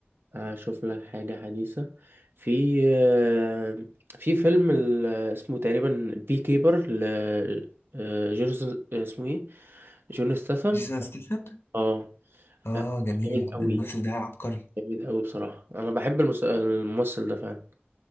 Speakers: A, on the right; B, on the left.
A: اشوف لك حاجة حديثة في آه، في فيلم ال- اسمه تقريبا بي كيبر ل آه، جورج اسمه ايه جون ستاثام
B: جيسون ستيثم
A: اه
B: اه
A: آه،
B: جميل
A: جامد قوي
B: الممثل ده عبقري
A: جامد قوي بصراحة انا بحب المس- الممثل ده فعلا